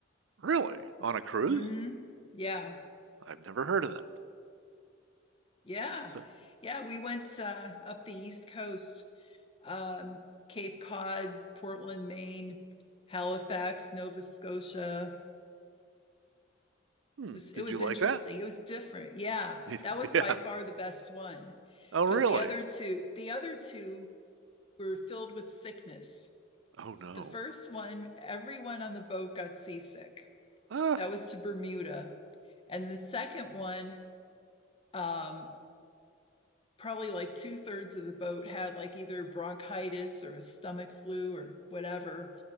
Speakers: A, on the right; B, on the left.
A: Really? On a cruise?
B: hmm Yeah,
A: I've never heard of that.
B: yeah,
A: So,
B: yeah. We went uh, up the East Coast um, Cape Cod, Portland, Maine, Halifax, Nova Scotia.
A: hmm,
B: It was it
A: did
B: was
A: you like
B: interesting.
A: that?
B: It was different. Yeah,
A: <laughs>
B: that was by
A: Yeah.
B: far the best one
A: Oh,
B: because
A: really?
B: the other two the other two were filled with sickness.
A: Oh, no.
B: The first one, everyone on the boat got seasick.
A: <laughs>
B: That was to Bermuda, and the second one, um, probably like two thirds of the boat had like either bronchitis or a stomach flu or whatever.